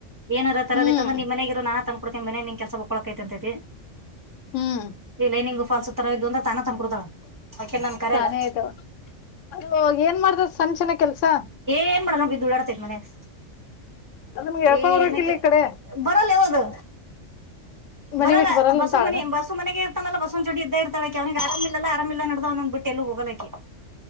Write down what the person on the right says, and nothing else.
ಏಾರ ತರದ್ರ
ನಿಮ್ಮ ಮನೆಗಿರು ನಾನ ತಕ ನಿ ಮನೆಗಿ ನೀ ಕೆಲಸ ಹಳಕ್ಂತೈತಿ
ಇಲ್ಲೈಂಗ ಫಾಲ್ಸು ತರ ಇದ್ದು ಅಂದ್ರ ತಾನ ತಂದಕೊತಳ ಆಕಿ ನನ್ ಕರೆಲ್ಲ
ಏನ್ ಮಾಡೋಣ ಬಿದ್ದು ದುಳ್ಳಾಡ್ತಿನ್ ಮನಿಯಾಗ
ಏನಕ್ಕೆ
ಬರಲ್ ಯಾವದು
ಬರಲ್ಲ
ಬಸುಮನಿ
ಬಸುಮನೆಗೆ ತಲ್ಲ ಬಸವ ಜೋಡಿ ಇದ್ದ ಇರ್ತಳಕಿ ಅವನಿಗೆ ಆರಾಮಿಲ್ಲಲ್ಲರಿಲ್ಲ ನಡ್ದ್ಂದ್ ಬಿಟ್ಟ ಎ ಹೋಗಲಾಕಿ